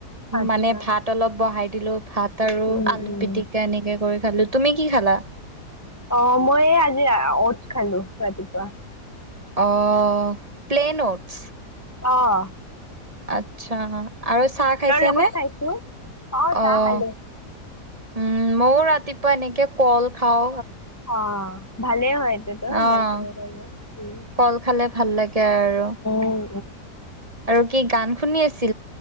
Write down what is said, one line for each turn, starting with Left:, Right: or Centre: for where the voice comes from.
Left: আচ্ছা
Right: মানে ভাত অলপ বহাই দিলোঁ ভাত আৰু
Left: উম
Right: আলু
Left: উম
Right: পিটিকা এনেকে কৰি খালো তুমি কি খালা
Left: অ', মই আজি চ খালো ৰাতিপুৱা
Right: অ', প্লে নোটছ
Left: আহ,
Right: আচ্ছা আৰু চাহ খাইছে
Left: লগত
Right: নে অ',
Left: খাইছো চাহ খালো
Right: উম, ময়ও ৰাতিপুৱা এনেকে কল খাও
Left: অ', ভালেই হয় এইটোতোাইঙৰ
Right: অ',
Left: কাৰণে উম
Right: কল খালে ভাল লাগে আৰু।
Left: উম
Right: আৰু কি গান শুনি আছিল।